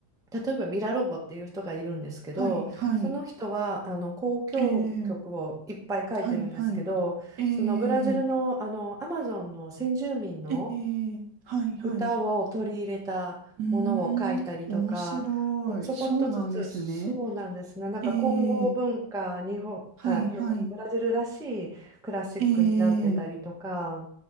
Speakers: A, in the centre; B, on the right.
A: 例えばビラロボっていう人がいるんですけど、
B: はいはい、
A: その人はあの交響曲をいっぱい書いてるんですけど、
B: ええはいはい、ええ
A: そのブラジルの、あのアマゾンの先住民の
B: ええはいはい。
A: 歌を取り入れたものを書いたりとか、
B: うーん、面白い。
A: ほちょこっとずつ、
B: そうなんですね。
A: そうなんですね。なんか混合文化、
B: ええ
A: 日本、
B: はいはい。
A: あ、えーのブラジルらしいクラシックになってたりとか、
B: ええ